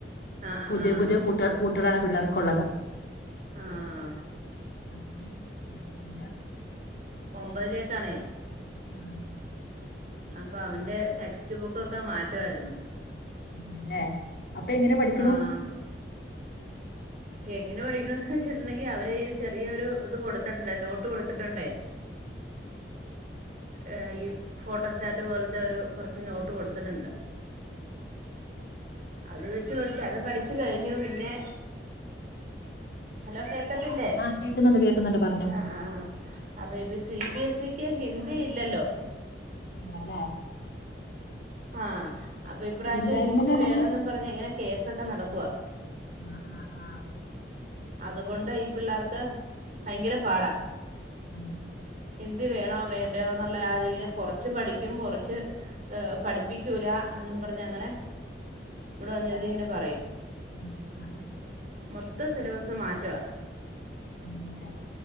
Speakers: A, on the right (about 45°); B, on the left (about 60°).
A: ആഹ് ആഹ്
B: പുതിയ
A: ആഹ്
B: പുതിയ കൂട്ട കൂട്ടുകളാണ് പിള്ളേർക്കള്ളത്
A: ആഹ്
B: അപ്പം പിന്നെ
A: ഒമ്പത്തിലിയേക്കണേ
B: ആഹ്
A: അപ്പൊ അവന്റെ ടെക്സ്റ്റ് ബുക്കൊക്കെ മാറ്റമായിരുന്നു
B: അതെല്ലേ അപ്പൊ എങ്ങനെ പഠിക്കണു
A: ആഹ് എങ്ങനെ പഠിക്കണന്ന് വെച്ചിട്ടുണ്ടെങ്കി അവര് ചെറിയൊരു ഇത് കൊടുത്തിട്ടുണ്ട് നോട്ട് കൊടുത്തിട്ടുണ്ടേ <inaudible> ർ ഈ ഫോട്ടോ സ്റ്റാറ്റ് പോലത്തെ ഒരു കുറച്ച് നോട്ട് കൊടുത്തിട്ടുണ്ട് അത് വെച്ച് പഠിച്ച അത് പഠിച്ചു കഴിഞ്ഞു പിന്നെ ഹലോ ല്ല
B: ആഹ് കേക്കുന്നുണ്ട് കേക്കുന്നുണ്ട് പറഞ്ഞോ
A: ആ ആി <unintelligible> സി ബി എസ് ഇക്ക് ഹിന്ദി ഇല്ലല്ലോ
B: എന്നാല
A: ആഹ അപ്പൊ ഇപ്രാവശ്യം
B: ഇല്ലായിരുന്നല്ലോ
A: ഹിന്ദി
B: അല്ലെങ്കിലും
A: വേണെന്നും പറഞ്ഞു എങ്ങനെ കേസൊക്കെ നടക്കുവ
B: ആഹ് ആഹ് ആഹ്
A: അതുകൊണ്ട് ഈ പിള്ളേർക്ക് ഭയങ്കര പാടാ
B: ആ
A: ഹിന്ദി വേണോ വേണ്ടോന്നുള്ള അതിങ്ങനെ കൊറച്ച് പഠിക്കും കുറച്ച് പഠിപ്പിക്കൂല എന്നും പറഞ്ഞ അങ്ങനെ ഇവിടെ വന്നിരുന്നിങ്ങനെ
B: ആ,
A: പറയും
B: അതെ ആഹ്
A: മൊത്തം സിലബസ് മാറ്റവാ
B: അല്ലേ